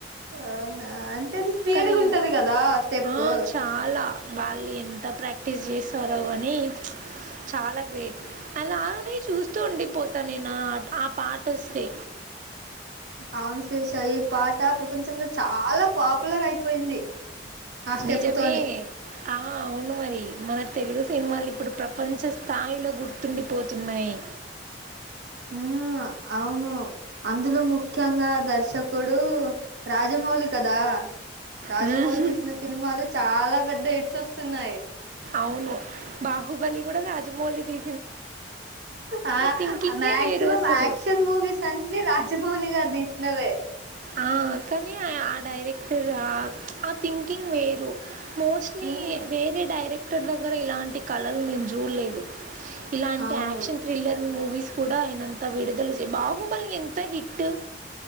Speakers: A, on the right; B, on the right.
A: అవునా అంటే అది స్పీడ్గా
B: కానీ
A: ఉంటది కదా స్టెప్
B: ఆ చాలా వాళ్ళు ఎంత ప్రాక్టీస్ చేస్తారో కానీ, చాలా గ్రేట్ అలానే చూస్తూ ఉండిపోతా నేను ఆ పాట వస్తే
A: అవును శేష ఈ పాట ప్రపంచంలో చాలా పాపులర్ అయిపోయింది. ఆ స్టెప్
B: నిజమే
A: తోనే.
B: ఆ అవును మరి మన తెలుగు సినిమాలు ఇప్పుడు ప్రపంచ స్థాయిలో గుర్తుండిపోతున్నాయి
A: మ్ అవును అందులో ముఖ్యంగా దర్శకుడు రాజమౌళి కదా రాజమౌళి
B: హ్మ్.
A: తీసిన సినిమాలు చాలా పెద్ద ఎయిడ్స్ వస్తున్నాయి
B: అవును బాహుబలి కూడా రాజమౌళి తీ
A: ఆ
B: థింకింగే
A: మ్యాక్సిమం
B: వేరు అసలు.
A: యాక్షన్ మూవీస్ అన్ని రాజమౌళి గారు దీస్ నవే
B: ఆ కానీ ఆ డైరెక్టరా ప్చ్ ఆ థింకింగ్ వేరు మోస్ట్లీ
A: హ్మ్.
B: వేరే డైరెక్ టర్ దగ్గర ఇలాంటి కళలు నేను జూల్లేదు ఇలాంటి
A: అవును.
B: యాక్షన్ థ్రిల్లర్ మూవీస్ కూడా ఆయనంత విడుదల చే బాహుబలి ఎంత హిట్